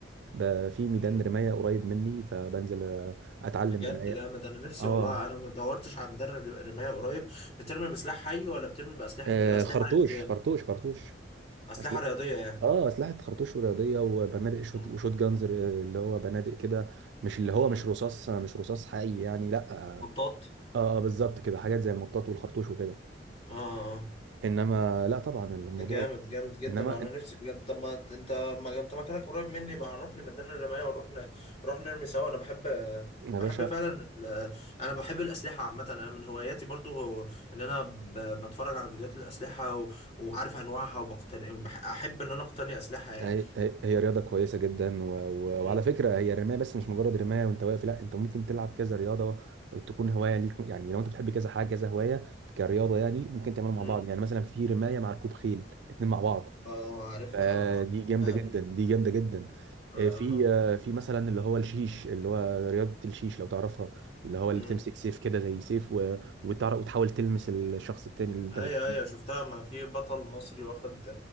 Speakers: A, on the right (about 70°); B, on the left (about 35°).
A: بقى في ميدان
B: <laughs>
A: رمايه قريب مني فبنزل اتعلم
B: بجد
A: رمايه
B: جامد انا نفسي
A: اه
B: والله انا ما دورتش على مدرب رماية قريب بترمي بسلاح حي ولا بترمي بأسلحة
A: آه،
B: أسلحة
A: خرطوش
B: رياضية
A: خرطوش خرطوش
B: أسلحة
A: أسل...
B: رياضية يعني
A: اه اسلحه خرطوش ورياضيه وبنادق شوت
B: مم.
A: وشوت جانز اللي هو بنادق كده مش اللي هو
B: مم.
A: مش رصاص مش رصاص حقيقي يعني لا اه
B: بطاط
A: آه، بالظبط كده حاجات زي المطاط والخرطوش وكده
B: اه آه.
A: انما لا طبعا الموضوع
B: ده جامد جامد جدا
A: انما
B: انا نفسي بجد طب ما انت ما انت مكانك قريب مني بقى عرفني ميدان الرماية ونروح ن... نروح نرمي سوا انا بحب
A: يا
B: بحب
A: باشا
B: فعلا ال... انا بحب الاسلحه عامه انا من هواياتي برضو هو ان انا ب... بتفرج على فيديوهات الاسلحه و... وعارف انواعها وبقتني بح... احب ان انا اقتني اسلحه
A: هي هي هي رياضة كويسة جدا و... و...
B: يعني
A: وعلى فكرة هي الرماية بس مش مجرد رماية وانت واقف لا انت ممكن تلعب كذا رياضة تكون هواية ليك يعني لو انت بتحب كذا حاجة كذا هواية كرياضة يعني ممكن تعملها مع
B: مم.
A: بعض يعني مثلا في رماية مع ركوب خيل الاتنين مع بعض
B: اه عارفها
A: فدي
B: اه اه شفتها
A: جامدة جدا
B: قبل كده
A: دي جامدة جدا
B: اه
A: آه،
B: اه
A: في
B: اه.
A: آه، في مثلا اللي هو الشيش اللي هو رياضة الشيش لو تعرفها اللي هو اللي
B: مم.
A: بتمسك سيف كده زي سيف و... وتعرف وتحاول تلمس الشخص التاني اللي انت
B: ايوه
A: بت...
B: ايوه شفتها ما في بطل مصري واخد